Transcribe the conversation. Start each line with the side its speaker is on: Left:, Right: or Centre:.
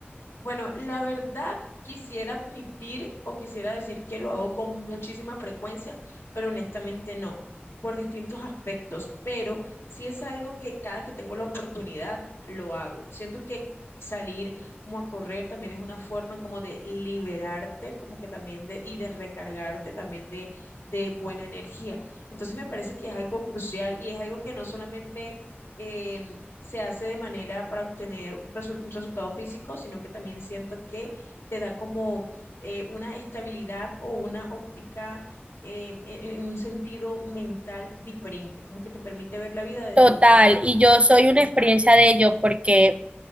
Left: Bueno, la verdad quisiera admitir o quisiera decir que lo hago con muchísima frecuencia, pero honestamente no, por distintos aspectos, pero sí es algo que cada que tengo la oportunidad lo hago. Siento que salir como a correr también es una forma como de liberarte, como que también de, y de recargarte también de, de buena energía. Entonces me parece que es algo crucial y es algo que no solamente... em, se hace de manera para obtener un, resul- un resultado físico, sino que también siento que te da como eh, una estabilidad o una óptica eh, en, en un sentido mental diferente, como que te permite ver la vida desde
Right: Total,
Left: otra
Right: y yo soy una
Left: descarga.
Right: experiencia de ello porque